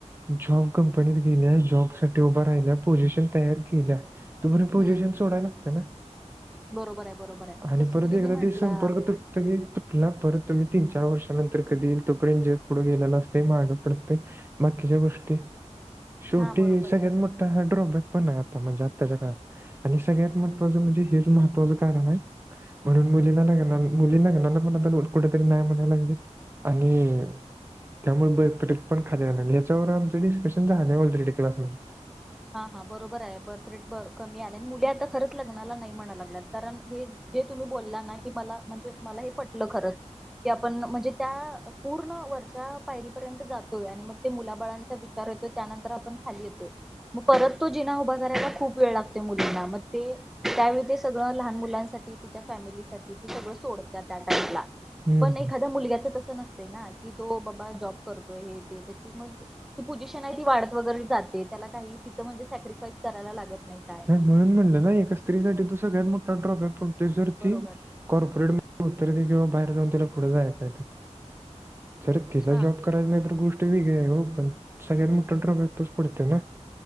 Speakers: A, on the right (about 20°); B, in the centre.
A: जॉब कंपनीत गेल्या, जॉब साठी उभा राहिल्या, पोझिशन तयार केल्या. तोवर पोजिशन
B: हम्म
A: सोडायलाग त्याना नांव.
B: बरोबर आहे बरोबर आहे
A: आणि
B: जसं
A: परत
B: की तुम्ही
A: एकदा
B: म्हंटला
A: ते संपर्क तुटत की तुटला परत तुम्ही तीन चार वर्षालापर्यत, तर कधी येईल तोपर्यंत जग पुढं गेलेला असतं माग पडते बाकीच्या गोष्टी. शेवटी
B: हा बरोबर
A: सगळ्यात
B: आहे.
A: मोठा ड्रॉबॅक पण आहे आता म्हणजे आत्ताच्या काळात. आणि सगळ्यात महत्वाचं म्हणजे हेच महत्त्वाचं कारण आहे. म्हणून मुलीला लग्न नाही घेणार मुली ना घेणार मण कुठेतरी नाही म्हणायला लागली. आणि. त्यामुळें बर पण खाली यायलागय यांच्यावर आमचं डिस्कशन झालं ऑलरेडी क्लास मध्ये.
B: हा हा बरोबर आहे बर्थ रेट कमी आल्या आणि मुली आता खरंच लग्नाला नाही म्हणा लागल्यात कारण हे जे तुम्ही बोलला ना कि मला म्हणजे मला हे पटलं खरंच की आपण म्हणजे त्या. पूर्ण वरच्या पायरीपर्यंत जातोय आणि मग ते मुलाबाळांचा विचार होेतो त्यानंतर आपण खाली येतोय. मग परत तो जिना उभा करायला खूप वेळ लागते मुलींना मग ते, त्यावेळी ते सगळं लहान मुलांसाठी तिच्या फॅमिलीसाठी त सगळं सोडतात त्या टाइमला.
A: हम्म.
B: पण एखादा मुलग्याच तसं नसतय ना की तो बाबा जॉब करतोय हे ती मग. ती पोझिशन आहे ती वाढत वगैरे जाते त्या काही तिथं म्हणजे सॅक्रीिफाईस करायला लागत. नाही काय
A: म्हणून
B: नाही
A: म्हणलं ना, एका स्त्रीसाठी तो सगळ्यात मोठा ड्रॉप आहे पण त जर
B: बरोबर
A: ती. कॉर्पोरेट मध्ये उत्तर दे किंवा बाहेर जाऊन तिला पुढं जायचं आहे. तर जर तिला
B: हा
A: जॉब करायचा नाय गोष्टी वेगळी आहे पण सगळ्यात मोठा ड्रॉप बॅक तसेच पडतंय ना.